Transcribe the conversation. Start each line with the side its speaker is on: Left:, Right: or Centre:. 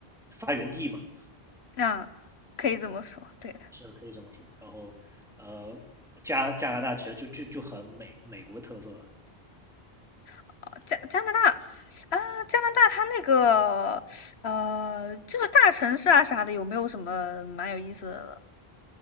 Centre: 发源地嘛，
Left: 那、可以这么说，对的。
Centre: 是可以这么说。然后呃，加加拿大其实就就就很美美国特色，了。
Left: 哦，加加拿大，啊、加拿大它那个呃，就是大城市啊啥的，有没有什么蛮有意思的？